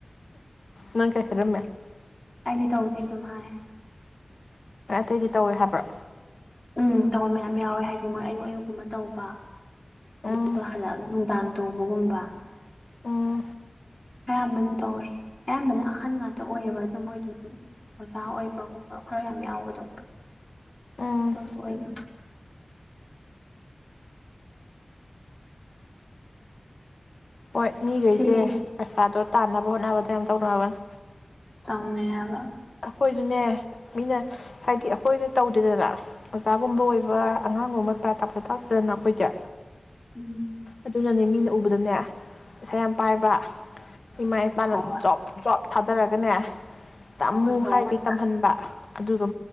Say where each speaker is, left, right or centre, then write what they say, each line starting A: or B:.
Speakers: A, on the left; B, on the left.
A: ꯅꯪ ꯀꯩꯔꯃꯦ
B: ꯑꯩꯗꯤ ꯇꯧꯗꯦ ꯑꯗꯨꯝ ꯍꯥꯏ
A: ꯑꯦꯠꯇꯗꯤ ꯇꯧꯋꯦ ꯍꯥꯏꯕ꯭ꯔꯥ
B: ꯎꯝ ꯇꯧꯕ ꯃꯌꯥꯝ ꯌꯥꯎꯋꯦ ꯍꯥꯏꯗꯤ ꯃꯣꯏ ꯑꯌꯨꯛ ꯑꯌꯨꯛꯀꯨꯝꯕ ꯇꯧꯕ ꯑꯗꯨꯒꯗꯨꯒ
A: ꯎꯝ
B: ꯍꯜꯂꯛꯑꯒ ꯅꯨꯡꯗꯥꯡ ꯇꯧꯕꯒꯨꯝꯕ
A: ꯎꯝ
B: ꯑꯌꯥꯝꯕꯅ ꯇꯧꯋꯦ ꯑꯌꯥꯝꯕꯅ ꯑꯍꯟ ꯉꯥꯛꯇ ꯑꯣꯏꯑꯦꯕ ꯑꯗꯣ ꯃꯣꯏꯗꯨ ꯑꯣꯖꯥ ꯑꯣꯏꯕꯒꯨꯝꯕ ꯈꯔ ꯌꯥꯝ ꯌꯥꯎꯕꯗꯣ
A: ꯎꯝ
B: ꯑꯗꯨꯁꯨ ꯑꯣꯏꯅ
A: ꯍꯣꯏ ꯃꯤꯈꯩꯁꯦ
B: ꯁꯤ
A: ꯄꯩꯁꯥꯗꯣ ꯇꯥꯟꯅꯕ ꯍꯣꯠꯅꯕꯗ ꯌꯥꯝ ꯇꯧꯅꯒꯅꯤ
B: ꯇꯧꯅ ꯍꯥꯏꯕ
A: ꯑꯩꯈꯣꯏꯁꯨꯅꯦ ꯃꯤꯅ ꯍꯥꯏꯗꯤ ꯑꯩꯈꯣꯏꯗ ꯇꯧꯗꯦꯗꯅ ꯑꯣꯖꯥꯒꯨꯝꯕ ꯑꯣꯏꯕ ꯑꯉꯥꯡꯒꯨꯝꯕ ꯄꯨꯔꯥ ꯇꯥꯞ ꯇꯥꯛꯇꯗꯅ ꯑꯩꯈꯣꯏꯁꯦ
B: ꯎꯝ
A: ꯑꯗꯨꯖꯅꯤ ꯃꯤꯅ ꯑꯗꯨꯗꯨꯅꯦ ꯉꯁꯥ ꯌꯥꯝ ꯄꯥꯏꯕ ꯏꯃꯥꯏ ꯄꯥꯅ
B: ꯍꯣꯏ ꯍꯣꯏ
A: ꯞ ꯞ ꯊꯥꯗꯔꯒꯅꯦ ꯇꯃꯨ
B: ꯍꯣꯏ ꯍꯣꯏ ꯇꯧꯕ
A: ꯈꯥꯏ ꯀꯩ
B: ꯉꯥꯛꯇ
A: ꯇꯝꯍꯟꯕ ꯑꯗꯨꯗꯣ